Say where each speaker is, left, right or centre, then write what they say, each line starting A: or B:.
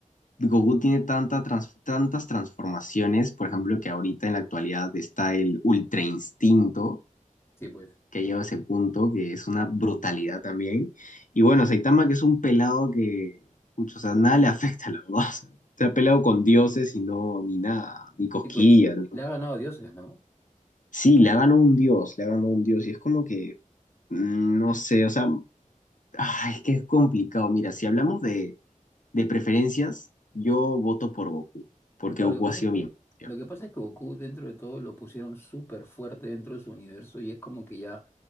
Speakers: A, on the left; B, on the left.
A: Goku tiene tanta trans- tantas transformaciones, por ejemplo, que ahorita en la actualidad está el Ultra Instinto,
B: Sí, pues.
A: que ha llegado a ese punto, que es una brutalidad también. Y bueno, Saitama, que es un pelado que, pucho, o sea, nada le <laughs> afecta, la verdad. O sea, se ha peleado con dioses y no, ni nada, ni cosquillas.
B: y pues,
A: ni-
B: le ha ganado a dioses, ¿no?
A: Sí, le ha ganado un dios, le ha ganado un dios. Y es como que, mm, no sé, o sea, ah, es que es complicado. Mira, si hablamos de, de preferencias, yo voto por Goku, porque
B: Claro,
A: Goku
B: lo que pasa
A: ha sido
B: es que,
A: mi... infancia.
B: lo que pasa es que Goku dentro de todo lo pusieron súper fuerte dentro de su universo y es como que ya